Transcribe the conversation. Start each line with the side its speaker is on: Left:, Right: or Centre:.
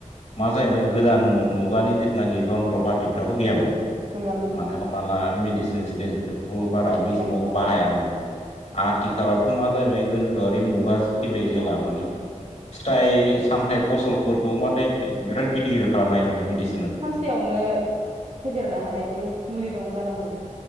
Left: मा जाहैबाय गोदान मुगानि जिथनाखि जन्त्रपात फ्राबो गैयामोन
Right: ओं गैयामोन
Left: माने
Right: औ
Left: हमनाला मेडिसिन सिडसिन बारा
Right: गैयामोन
Left: बै समाव
Right: नालाय
Left: बाहायामोन आथिखालावथ
Right: औ
Left: मा जाहैबाय गोनखोआरि मुगा फैबाय जेला
Right: औ
Left: माने फिथाइ सामथायाइ फसलफोरखौ माथे बिराद गिदिर गदिर खालामनो हायो माने
Right: सानसेयावनो फेदेरनो हानायबो मुलि दं जानांगौ।